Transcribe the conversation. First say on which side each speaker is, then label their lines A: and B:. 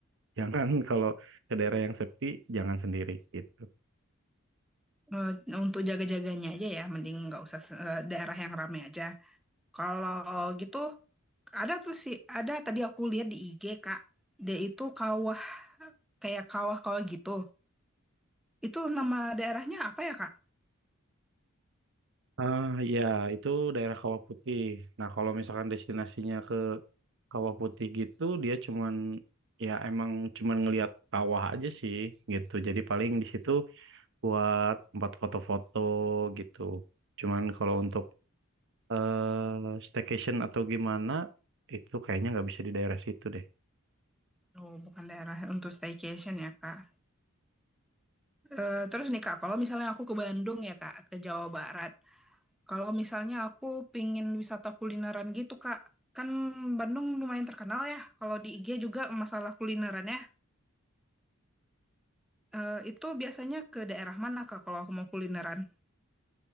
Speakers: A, on the right; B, in the centre.
A: jangan <laughs> kalau ke daerah yang sepi jangan sendiri gitu.
B: Eh, untuk jaga-jaganya aja ya, mending nggak usah se- eh, daerah yang ramai aja. Kalau gitu Ada tuh sih, ada tadi aku lihat di IG, Kak. Dia itu kawah, kayak kawah-kawah gitu. Itu nama daerahnya apa ya, Kak?
A: Ah ya itu daerah Kawah Putih. Nah kalau misalkan destinasinya ke Kawah Putih gitu dia cuman ya emang cuman ngelihat kawah aja sih gitu. Jadi paling di situ buat tempat foto-foto gitu. Cuman kalau untuk eh, staycation atau gimana itu kayaknya nggak bisa di daerah situ deh.
B: Oh, bukan daerah untuk staycation ya, Kak. Eh, terus nih, Kak, kalau misalnya aku ke Bandung ya, Kak, ke Jawa Barat. Kalau misalnya aku pingin wisata kulineran gitu, Kak. Kan Bandung lumayan terkenal ya, kalau di IG juga masalah kulinerannya. Eh, itu biasanya ke daerah mana, Kak, kalau aku mau kulineran?